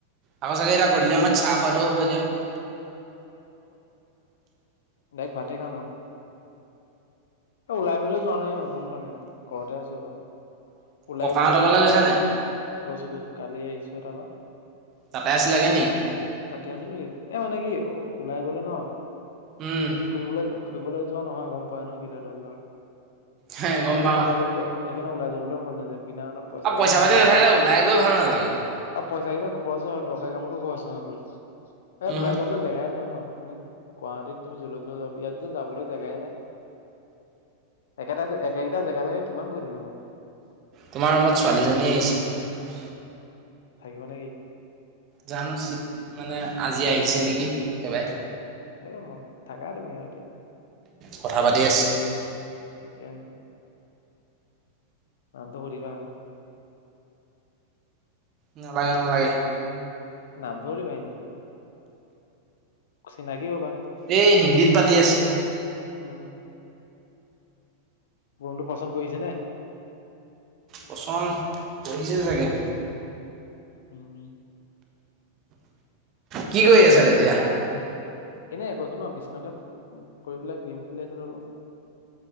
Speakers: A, on the right; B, on the left.
A: তাৰ চাগে এতিয়া গধূলি সময়ত চাহ খোৱাটো হ'ব এতিয়া
B: দাইক ভাতে খামা ওলাই মেলিও যোৱা নাই ইমান গৰ বনাইম ঘৰতে আছো বা ওলাই
A: ককাহঁতৰ
B: গলে
A: ঘৰলৈ গৈছা
B: বাক
A: নাই?
B: গৈছো গৈছো কালি আহিছোঁ এ তাৰপৰা।
A: তাতে আছিলাগে নেকি
B: তাতে আছিলো এ মানে কি ওলাই গলে ন।
A: উম,
B: ফুৰিবলৈ ফুৰিবলৈ যোৱা নহয়, গম পোৱাই ন, কেলে লৈ যোৱা হয়?
A: হে গম
B: সেইকাৰণে,
A: পাওঁ
B: ওলাই যাবলৈ সেইকাৰণে, ওলাই যাবলৈ মন <inaudible> পইচা
A: আৰু
B: কেইটাও
A: পইচা-পাতি
B: খৰচ
A: নাথাকিলে
B: হয়গৈ
A: ওলাই গৈ ভাল নালাগে।
B: আৰু পইচা কেইটা খৰচ হয়, দৰকাৰী কামতো খৰচ হয়, এইবোৰ ইয়াত
A: উহু,
B: ওলাই যাবলৈ জেগাই নাই ন। তুমি গুৱাহতিীত তুমি জলৈ-তলৈ যাব ইয়াত যে যাবলৈ জেগাই নাই। একেটা একেগিটা জেগা লৈকে কিমান গৈ থাকিম আৰু।
A: তোমাৰ ৰুমত ছোৱালীজনী আহিছে।
B: থাকিব নেকি?
A: জানো, চিত মানে, আজি আহিছে নেকি! একেবাৰে।
B: এ মন, থাকা তুমি আৰু এতিয়া।
A: কথা পাতি আছে।
B: ঠিকে আছে। নামটো সুধিবা আকৌ?
A: নালাগে নালাগে।
B: নামতো সুধিবা এনেকেই চিনাকি হ'বা।
A: এ, হিন্দীত। পাতি আছে।
B: উম। ৰুমতো পচন্দ কৰিছে নে?
A: পচন্দ, কৰিছে চাগে!
B: উম।
A: কি কৰি আছা এতিয়া?
B: এনে কৈছো ন, বিচনাতে পৰি পেলাই, গেম খেলি আছিলো অলপ।